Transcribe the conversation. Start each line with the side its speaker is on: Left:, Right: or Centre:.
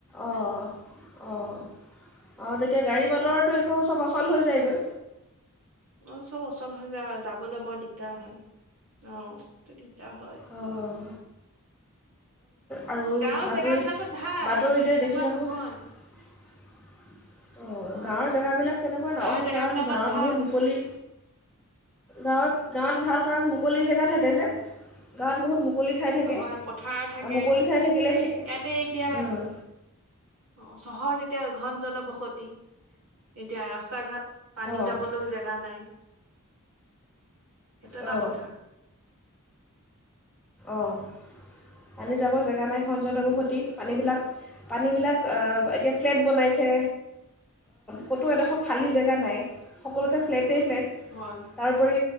Centre: অঁ অঁ অঁ তেতিয়া গাড়ী মটৰটো একো চব অচল হৈ যায়গৈ।
Right: অ চব অচল হৈ যায় যাবলৈ বৰ দিগ্দাৰ হয় অ। দাৰ হয়।
Centre: অঁ আৰু
Right: গাঁৱৰ
Centre: বাতৰিত
Right: জেগাবিলাকত ভাল
Centre: বাতৰিতে
Right: তাতে তেনেকুৱা
Centre: দেখি থাকোঁ।
Right: নহয়
Centre: অঁ
Right: হয়
Centre: গাঁৱৰ জেগাবিলাক তেনেকুৱা নহে
Right: গাঁৱৰ জেগাবিলাকত
Centre: কাৰণ গাঁৱত
Right: ভাল
Centre: বহুত মুকলি গাঁৱত। গাঁত ভাল কাৰণ মুকলি জেগা থাকে যে গাঁত বহুত। মুকলি ঠাই থাকে
Right: হয় পথাৰ থাকে
Centre: আৰু মুকলি
Right: ইয়াতে
Centre: ঠাই থাকিলে সেই
Right: এতিয়া অ
Centre: অঁ
Right: চহৰত এতিয়া এতিয়া ঘন জনবসতি এতিয়া ৰাস্তা ঘাট। পানী
Centre: অঁ
Right: যাবলৈও জেগা নাই। সেইটো এটা
Centre: অঁ
Right: কথা।
Centre: অঁ আমি যাব জেগা নাই। ঘন জনবসতি
Right: অ
Centre: পানীবিলাক পানীবিলাক এতিয়া ফ্লেট বনাইছে ক'তো এডোখৰ খালী জেগা নাই সকলোতে ফ্লেটেই। ফ্লেট
Right: হয়
Centre: তাৰোপৰি